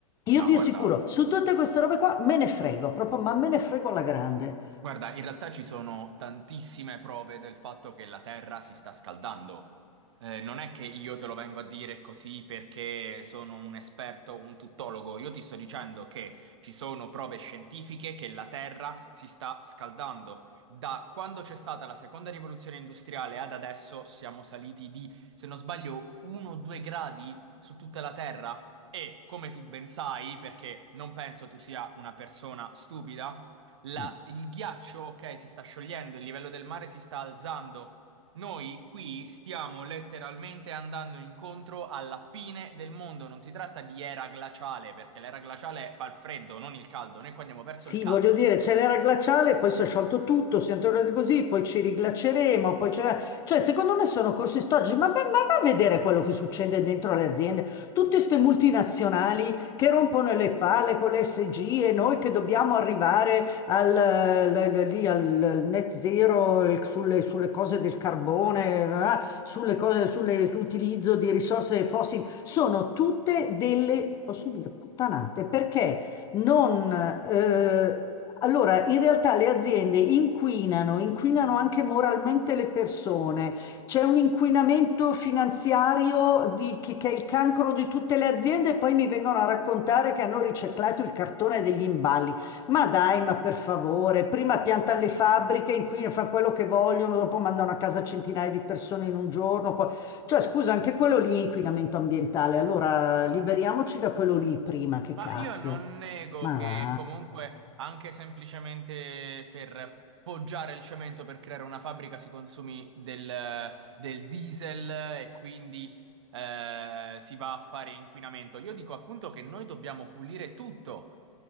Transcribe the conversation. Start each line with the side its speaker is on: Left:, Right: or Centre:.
Left: Io
Right: No,
Left: ti
Right: guarda.
Left: assicuro, su tutte queste robe qua me ne frego, proprio, ma me ne frego alla grande.
Right: Guarda, in realtà ci sono tantissime prove del fatto che la Terra si sta scaldando. Eh, non è che io te lo vengo a dire così perché sono un esperto, un tuttologo. Io ti sto dicendo che ci sono prove scientifiche che la Terra si sta scaldando. Da quando c'è stata la seconda rivoluzione industriale ad adesso siamo saliti di, se non sbaglio, 1-2 gradi su tutta la Terra. E come tu ben sai, perché non penso tu sia una persona stupida la-
Left: Mm.
Right: il ghiaccio, ok, si sta sciogliendo, il livello del mare si sta alzando. Noi qui stiamo letteralmente andando incontro alla fine del mondo. Non si tratta di era glaciale, perché l'era glaciale fa il freddo, non il caldo. Noi qua andiamo verso
Left: Sì,
Right: il caldo.
Left: voglio dire, c'è l'era glaciale, poi si è sciolto tutto, siamo tornati così, poi ci riglaceremo, poi c'è... Cioè, secondo me sono corsi storici, ma, va- ma va a vedere quello che succede dentro le aziende. Tutte queste multinazionali che rompono le palle con le SG e noi che dobbiamo arrivare al, eh, l- l- lì al- al net zero il- sulle, sulle cose del carbone, eh, sulle cose, sulle- sull'utilizzo di risorse fossili, sono tutte delle, posso dire, puttanate, perché? Non, eh, allora, in realtà le aziende inquinano, inquinano anche moralmente le persone. C'è un inquinamento finanziario di- che, che è il cancro di tutte le aziende e poi mi vengono a raccontare che hanno riciclato il cartone degli imballi. Ma dai, ma per favore, prima piantano le fabbriche, inquinano, fanno quello che vogliono, dopo mandano a casa centinaia di persone in un giorno. poi- Cioè, scusa, anche quello lì è inquinamento ambientale. Allora, liberiamoci da quello lì prima, che
Right: Ma
Left: cacchio.
Right: io non nego
Left: Ma
Right: che
Left: va,
Right: comunque anche semplicemente per poggiare il cemento per creare una fabbrica si consumi del, del diesel e quindi eh, si va a fare inquinamento. Io dico appunto che noi dobbiamo pulire tutto.